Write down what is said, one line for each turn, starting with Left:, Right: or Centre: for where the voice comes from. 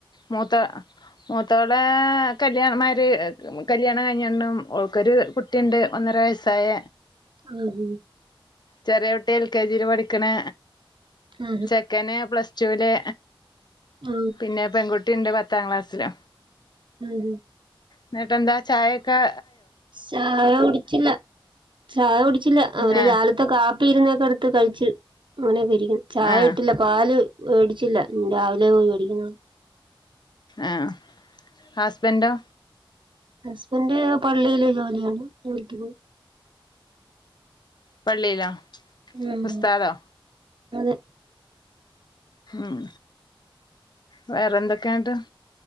Left: മൂത്ത മൂത്തോളെ കല്യണം മാര് കല്യാണ കഴിഞ്ഞണ്ടും ഓൾക്കൊരു കുട്ടിയുണ്ട് ഒന്നര വയസ്സായ
Right: ആഹ
Left: ചെറിയൊട്ടി എൽ കെ ജിയില് പഠിക്കണ്
Right: ആ ആ
Left: ചെക്കന് പ്ലസ് ചൂല്
Right: ആ
Left: പിന്നെ പെൺകു ട്ടിണ്ട് പത്താം ക്ലാസ്സില്
Right: ഉം
Left: എന്നിട്ടെന്താ ചായെക്കെ
Right: ചായ കുടിച്ചില്ല ചായ കുടിച്ചില്ല അവര്
Left: ആ
Right: രാവിലത്തെ കാ പീരുന്നൊക്കെ എടുത്ത് കഴിച്ചു അങ്ങനെ രിക്കുന്ന് ചായ
Left: ആ
Right: ഇട്ടില്ല പാല് വേടിച്ചില്ല രാവിലെ പോയി വേടിക്കുന്ന
Left: ആ ഹസ്ബൻന്റോ
Right: ഹസ്ബൻഡ് പള്ളിയില് ജോലിയാണ്, <unintelligible> പോയി
Left: പള്ളിയിലാ
Right: ഉം
Left: ഉസ്താദോ?
Right: അതെ.
Left: ഉം വേറെന്തൊക്കെയോണ്ട്?